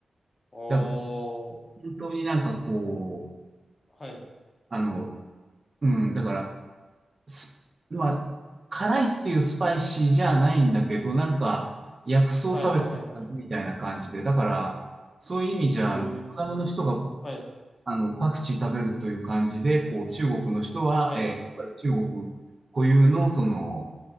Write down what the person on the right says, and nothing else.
だから、本当になんかこう、
あの、うん、だから、すまあ、辛いっていうスパイシーじゃないんだけど、なんか、薬草を食べてるみたいな感じで、
だから、そういう意味じゃ、
あのベトナムの人が
あの、パクチー食べるという感じで、こう、中国の人は、
えーやっぱり中国固有の、その、